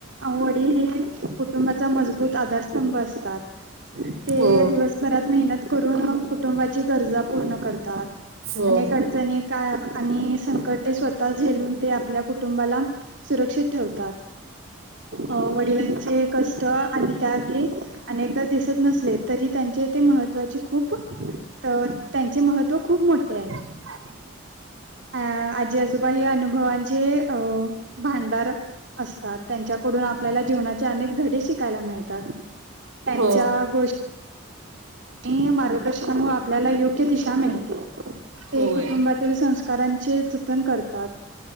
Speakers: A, on the right; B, on the right.
A: वडील हे कुटुंबाचा मजबूंत आधांरस्तंभ असतांत ते
B: हो
A: दिवसंभरांत मेहनत करूंन कुटुंबाची गरजा पूर्ण करतांत
B: हो
A: अनेक अडचनीत आणि संकट ते स्वंतः झेलूंन ते आपल्या कुटुंबाला सुरक्षित ठेवतांत अं वडिलांचे कंष्ट आणि त्यांग हे अनेकदां दिसतं नसले तरी त्यांचे ते महत्वाचे खूंप तरं त्यांचे महत्त्व खूंप मोठे आहे
B: हां
A: अं आजी आजोबा हे अनुभवांचे अं भांडार असतांत त्यांच्याकडून आपल्याला जीवनाचे अनेक धडे शिकांयला मिळतातं त्यांच्या
B: हो
A: गोष्टी नियम मार्गदर्शनांमुळे आपल्याला योग्य दिशा मिळते ते
B: होय
A: कुटुंबातील संस्कारांचे जतंन करतांत